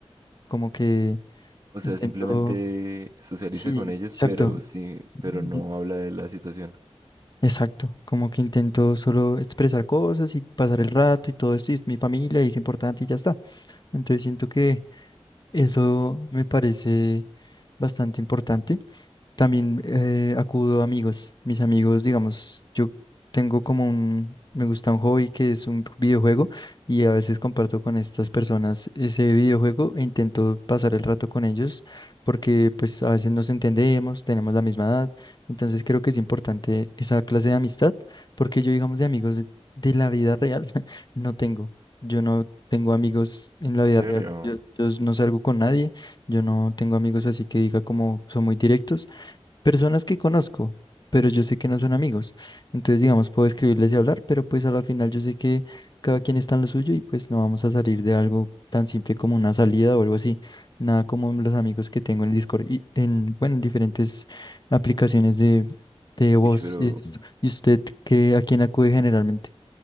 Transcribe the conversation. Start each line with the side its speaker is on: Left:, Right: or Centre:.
Left: Como que
Right: O sea,
Left: intento,
Right: simplemente socializa
Left: sí,
Right: con ellos,
Left: exacto.
Right: pero sí, pero
Left: Mm,
Right: no habla de la situación.
Left: Exacto, como que intento solo expresar cosas y pasar el rato y todo esto, y es mi familia y es importante y ya está. Entonces siento que Eso me parece bastante importante. También eh, acudo a amigos. Mis amigos, digamos, yo tengo como un, me gusta un hobby que es un videojuego y a veces comparto con estas personas ese videojuego e intento pasar el rato con ellos porque pues a veces nos entendemos, tenemos la misma edad, entonces creo que es importante esa clase de amistad porque yo, digamos, de amigos de, de la vida real <laughs> no tengo. Yo no tengo amigos en la
Right: ¿En
Left: vida
Right: serio?
Left: real. Yo, yo no salgo con nadie. Yo no tengo amigos así que diga como son muy directos. Personas que conozco, pero yo sé que no son amigos. Entonces, digamos, puedo escribirles y hablar, pero pues a la final yo sé que cada quien está en lo suyo y pues no vamos a salir de algo tan simple como una salida o algo así. Nada como los amigos que tengo en Discord y en, bueno, en diferentes aplicaciones de, de voz
Right: Ish, pero,
Left: y de esto. ¿Y usted qué, a quién acude generalmente?